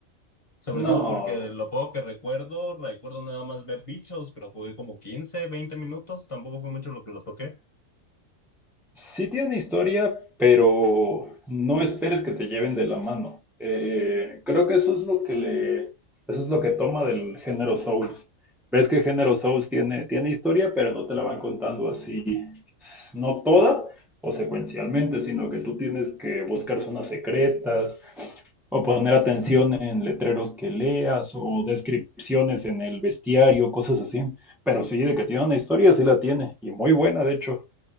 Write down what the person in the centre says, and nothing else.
No.
Sí tiene historia, pero no esperes que te lleven de la mano. Eh, creo que eso es lo que le, eso es lo que toma del género Souls. Ves que el género Souls tiene, tiene historia, pero no te la van contando así, s- no toda o secuencialmente, sino que tú tienes que buscar zonas secretas o poner atención en letreros que leas o descripciones en el bestiario, cosas así. Pero sí, de que tiene una historia, sí la tiene, y muy buena, de hecho.